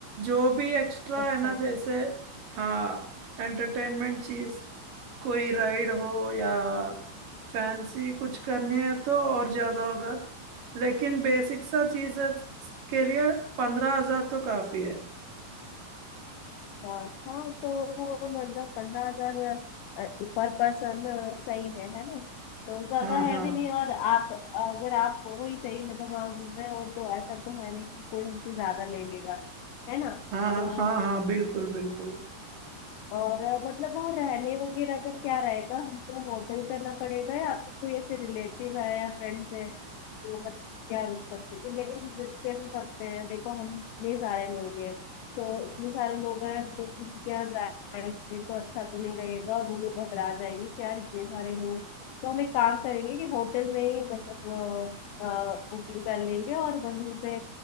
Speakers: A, on the right; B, on the left.
A: जो भी एक्स्ट्रा
B: अच्छा
A: है ना जैसे हाँ एंटरटेनमेंट चीज कोई राइड हो या फैंसी कुछ करनी है तो और ज्यादा होगा लेकिन बेसिक सा चीज के लिए पंद्रह हजार तो काफी है
B: हाँ हाँ, तो मतलब पंद्रह हजार पर पर्सन सही है है ना तो ज्यादा
A: हाँ
B: है
A: हाँ
B: भी नहीं और आप अगर आप हो ही सही मतलब आप में हो तो ऐसा तो है नहीं कि कोई हमसे ज्यादा ले लेगा है ना
A: हाँ हाँ
B: तो
A: हाँ हाँ बिल्कुल बिल्कुल
B: और अ, मतलब वहाँ रहने वगैरह का क्या रहेगा हमको होटल करना पड़ेगा या आपके कोई ऐसे रिलेटिव है या फ्रेंड्स है तो मतलब क्या रुक सकते हैं लेकिन हम रुक कैसे सकते हैं देखो हम इतने सारे लोग हैं तो इतने सारे लोग हैं तो किसी के यहाँ जाएंगे तो अच्छा तो नहीं रहेगा वो लोग घबरा जाएंगे क्या इतने सारे लोग तो हम एक काम करेंगे कि होटल में ही मतलब बुकिंग कर लेंगे और वहीं पे